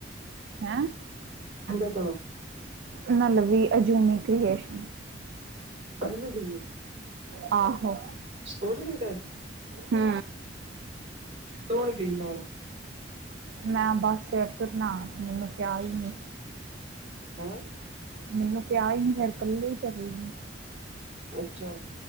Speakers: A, on the right; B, on the right.
A: ਹੈਂ
B: ਇਹਦੇ ਕੋਲੋਂ।
A: ਨਲਵੀ ਅਜੂਨੀ ਕ੍ਰੀਏਸ਼ਨ।
B: ਕੰਲੀ ਗੲਈ ਆ
A: ਆਹੋ।
B: ਸਕੂਟਰੀ ਤੇ
A: ਹੂੰ
B: ਤੂੰ ਨੀ ਗਈ ਨਾਲ।
A: ਮੈਂ ਬਸ ਸਿਰ ਸੁੁਰ ਨਾ ਸੀ ਮੈਨੂੰ ਕਿਆ ਈ ਨੀ
B: ਆ
A: ਮੈਨੂੰ ਕਿਹਾ ਹੀ ਨਹੀਂ ਫਿਰ ਕੱਲੀ ਹੀ ਚਲੇਗੀ
B: ਅੱਛਾ